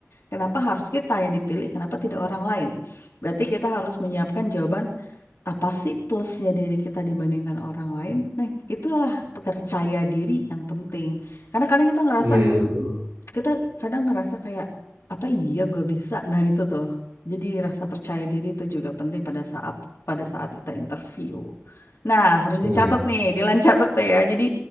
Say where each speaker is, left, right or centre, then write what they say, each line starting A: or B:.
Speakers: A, on the left; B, on the right.
A: Kenapa harus kita yang dipilih? Kenapa tidak orang lain? Berarti kita harus menyiapkan jawaban, apa sih plusnya diri kita dibandingkan orang lain? Nah, itulah percaya diri yang penting. Karena kadang kita ngerasa,
B: Iya, betul.
A: kita kadang ngerasa kayak apa iya gue bisa nah itu tuh jadi rasa percaya diri itu juga penting pada saat pada saat kita interview nah harus
B: Nah,
A: dicatat nih Dilan catat tuh ya jadi